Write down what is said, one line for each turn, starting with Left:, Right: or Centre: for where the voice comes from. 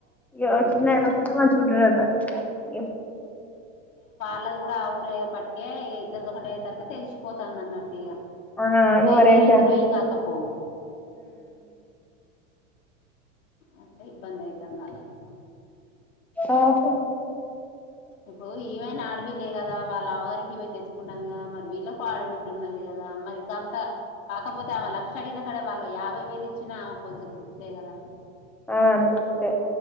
Centre: ఇగ
Left: మ్మ్
Centre: ఓ చిన్న ఏడకుండా మంచ్ ఉంటడంట ఇప్
Left: ఇలాద్ గుడా ఆ ఊరే ఏ పటుకే ఇద్ ఇద్దరదొకటయ్యే సరికి తెలిసిపోతంది అన్నట్ ఇక
Centre: ఆ
Left: వేర్
Centre: ఎవరేంటని
Left: వేరయితనేమో ఏం కాకపోవు ఆట్టే ఇబ్బంది అయితంది <unintelligible>
Centre: ఆహో
Left: ఇప్పుడు ఏమైనా ఆడపిల్లే కదా వాళ్ళ <unintelligible> ఇవ తెచ్చుకుంటాంది కదా మరి వీళ్ళకి ఆడబిడ్డ ఉన్నది కదా మరి <unintelligible> కాకపోతే ఆమె లక్ష అడిగిన సరే వాళ్ళు యా యాభై వేలు ఇచ్చినా ఆమె కొంచెం తృప్తే కదా
Centre: ఆ తృప్తే